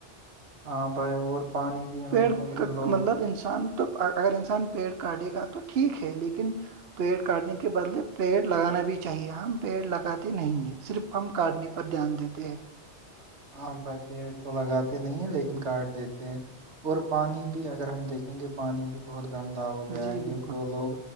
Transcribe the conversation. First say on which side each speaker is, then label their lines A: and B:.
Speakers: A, on the right; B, on the right.
A: ہاں بائی اور پانی بھی ان
B: پیڑ
A: ان
B: کا
A: لوگ
B: مطلب انسان تو اگر انسان پیڑ کاٹے گا تو ٹھیک ہے لیکن پیڑ کاٹنے کے بدلے پیڑ لگانا بھی چاہیے ہم پیڑ لگاتے نہیں ہیں صرف ہم کاٹنے پر دھیان دیتے ہیں
A: ہاں بھائی پیڑ تو لگاتے نہیں ہیں لیکن کاٹ دیتے ہیں اور پانی بھی اگر ہم دیکھیں گے پانی بھی بہت گندا ہو گیا
B: جی بالکل
A: یہ جو لوگ